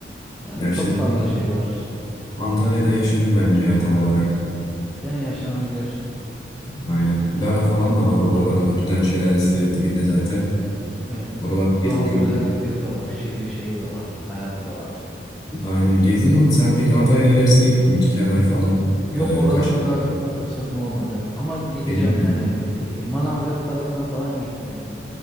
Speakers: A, in the centre; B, on the left (about 20°).
A: Yani
B: Ya
A: çok
B: işte dediğim
A: fazla
B: gibi
A: şey var.
B: Antalya'da yaşanır bence ya tam olarak.
A: Yani yaşanabilir.
B: Aynen. Lara falan da var. Oralar Ödüden Şelalesi dibinde zaten.
A: Evet.
B: Oralar gezip
A: Doğal
B: gör.
A: güzellikleri de var. Şehir şeyi de var. Hayatı da var.
B: Aynen gezdim. Sen peki Antalya'nın ilerisine gittin mi? hiç? Kemer falan.
A: Yok
B: E,
A: oralara
B: Kaş.
A: daha gitme fırsatım olmadı. Ama gideceğim
B: Benim de
A: yani elbette ki. Manavgat tarafına falan gittim.